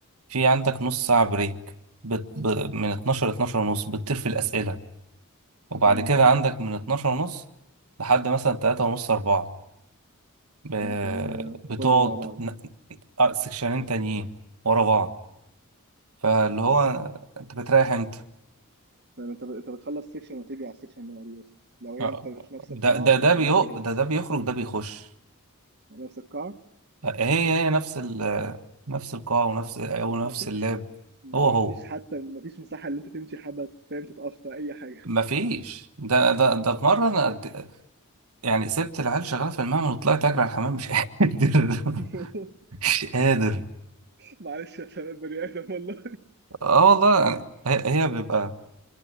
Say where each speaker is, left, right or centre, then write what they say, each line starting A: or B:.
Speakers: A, on the right; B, on the right.
A: في عندك نص ساعه بريك بت... ب... من 12 ل 12 ونص بتطير في الاسئله وبعد
B: اه
A: كده عندك من 12 ونص لحد مثلا 3 ونص 4 ب...
B: ده انت ما
A: بتقعد
B: كله ورا بعضه
A: ن- آه، سكشنين تانيين ورا بعض فاللي هو انت بتريح امتى
B: يعني انت انت بتخلص سيكشن وتيجي على السيكشن اللي بعديه اصلا لو هي
A: آه.
B: انت مش نفس
A: ده
B: القاعه
A: ده
B: فانت
A: ده
B: عمال
A: بيو
B: تجري
A: ده ده بيخرج ده بيخش
B: يعني نفس القاعه
A: هي هي نفس ال نفس القاع ونفس او
B: <laughs>
A: نفس اللاب
B: مفيش
A: هو هو
B: حتى مفيش مساحه اللي انت تمشي حبه فاهم تتاخر اي حاجه
A: مفيش ده ده ده في مره انا ت- يعني سبت العيال شغاله في المعمل وطلعت اجري على الحمام مش <laughs> قادر
B: <laughs>
A: مش قادر
B: معلش يا شباب بني ادم والله
A: اه والله يعني هي هي بيبقى